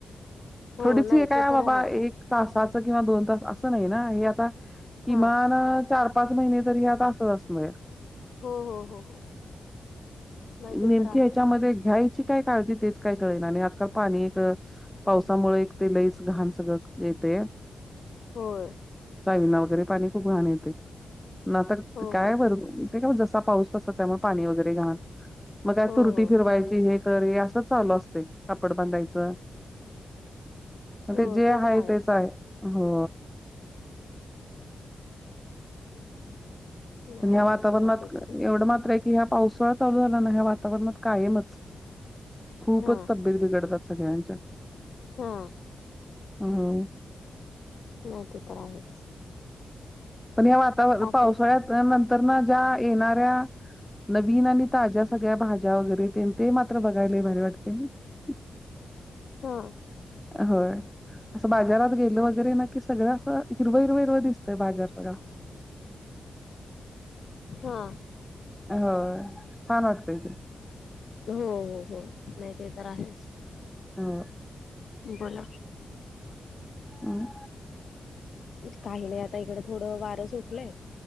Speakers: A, on the left; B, in the centre.
A: हो
B: थोडीच
A: नाही
B: हे काय
A: ते तर
B: बाबा
A: आहेच
B: एक तासाच किंवा दोन तास असं नाही ना, हे आता किमान
A: हा
B: चार पाच महिने तरी हे आता असच अस नाय.
A: हो हो हो हो नाही ते
B: नेमके
A: तर आहेच
B: हेच्यामध्ये घ्याय ची काय काळजी तेच काय कळेना आणि आजकाल पाणी तर पावसामुळे एक ते लईच घाण सगळं येतंया.
A: होय.
B: चाविंना वगैरे पाणी खूप घाण येतय ना आता
A: हो
B: काय
A: हो
B: वर
A: हो
B: ते काय मग जसा पाऊस तसा त्यामुळे पाणी वगैरे घाण मग काय
A: हो
B: तुरटी
A: हो
B: फिरवायची
A: हो
B: तरी असं चालू असतय कापड बांधायचं म ते
A: हो
B: जे
A: तर
B: हाय
A: आहेच
B: तेच हाय हो
A: नाही
B: पण ह्या
A: आहे
B: वातावरणात
A: सोडा ते तरी
B: एवढं मात्र आहे की ह्या पावसाळा चालू झाला ना ह्या वातावरणात कायमच खूपच
A: हा
B: तब्येत बिघडतात सगळ्यांच्या
A: हा
B: हम्म
A: नाही ते तर आहेच
B: पण या वातावर
A: बाकी
B: पावसाळ्यात नंतरनं ज्या येणाऱ्या नवीन आणि ताज्या सगळ्या भाज्या वगैरे तेन ते मात्र बघाय लई भारी वाटते <inaudible>
A: हो
B: होय असं बाजारात गेलो वगैरे ना की सगळं असं हिरवं हिरवं हिरवं दिस तं बाजार सगळा
A: हा
B: होय छान वाटतय.
A: हो हो हो नाही ते तर आहेच
B: हो.
A: बोला
B: हम्म
A: काही नाही आता इकडं थोडं वारं सुटलंय